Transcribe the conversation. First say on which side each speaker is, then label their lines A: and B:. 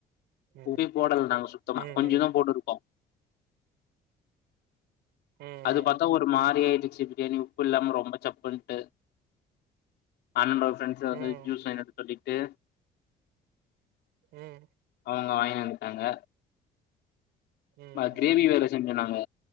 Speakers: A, on the right; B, on the left.
A: ம்
B: உவே போடல நாங்க சுத்தமா
A: ம்
B: கொஞ்ச
A: ம்
B: தான் போட்டிருக்கோம்
A: ம்
B: அது பத்தா ஒரு மாரி ஆயி ச்சு பிரியாணி உப்பு இல்லாம ரொம்ப சப்புட்டு அன்ப ஃப்ரெண்ட்ஸ வந்து
A: ம்
B: ஜூஸ் வாங்கிட்டு வர சொல்லி ட்டு
A: ம்
B: அவுங்க வங்கின ஆங்க
A: ம்
B: ம
A: ம்
B: கிரேவி வேற செஞ்சோம் நாங்க